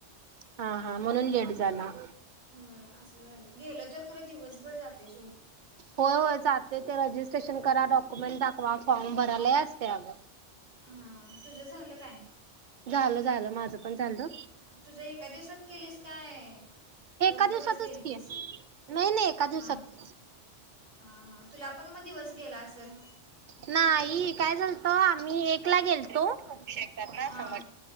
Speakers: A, on the right; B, on the right.
A: हा हा म्हणून लेट झाला
B: हो असं झालं गेल तर खरं दिवसभर जातय सोड
A: होय होय चाातते ते रजिस्ट्रेशन करा डॉक्युमेंट दाखवा फॉर्म भरायला असते अगं
B: हा तुझं झालं काय
A: झाल झालं माझं पण झालं
B: तुझ्या एका दिवसात केलीस काय दोन
A: एका दिवसातच
B: दिवस गेल
A: की
B: तस
A: नाही नाही एका दिवसात
B: हा हा हा तुला पण मग दिवस गेला असेल
A: नाही काय झालत आम्ही एकला गेलतो
B: हा
A: सम